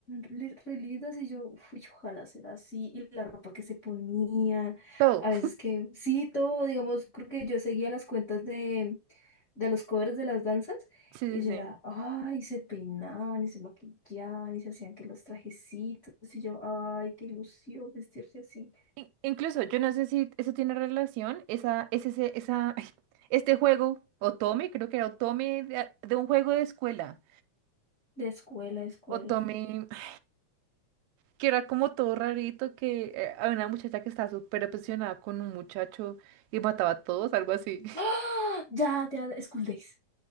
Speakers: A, on the left; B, on the right.
A: re re lindas y yo, uy, ojalá sea así, y la ropa que se ponía,
B: todo.
A: a veces que, sí, todo, digamos, creo que yo seguía las cuentas de, de los covers de las danzas,
B: Sí,
A: y yo
B: sí, sí.
A: era, ay, se peinaban y se maquillaban y se hacían que los trajecitos, y yo, ay, qué ilusión vestirse así,
B: In- incluso, yo no sé si eso tiene relación, esa, es ese, esa, <laughs> ay, este juego, Otome, creo que era Otome de, de un juego de escuela.
A: de escuela a escuela.
B: Otome, ay, que era como todo rarito, que eh, había una muchacha que estaba súper obsesionada con un muchacho y mataba a todos, algo así.
A: ¡Ah! Ya, ya, School Days.